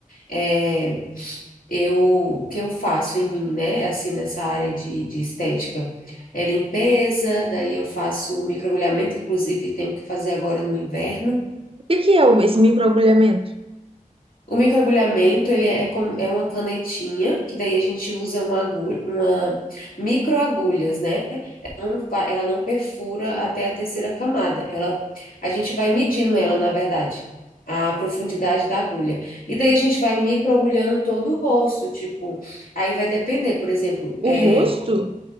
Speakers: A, on the left; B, on the right.
A: É, eu, o que eu faço em mim, né? Assim, nessa área de, de estética. É limpeza, daí eu faço microagulhamento, inclusive tenho que fazer agora no inverno.
B: O que que é o- esse microagulhamento?
A: O microagulhamento, ele é, como, é uma canetinha, que daí a gente usa uma agulha, uma microagulhas, né? Ela não, vai- ela não perfura até a terceira camada. Ela, a gente vai medindo ela, na verdade, a profundidade da agulha. E daí a gente vai microagulhando todo o rosto, tipo, aí vai depender, por exemplo,
B: O
A: é,
B: rosto?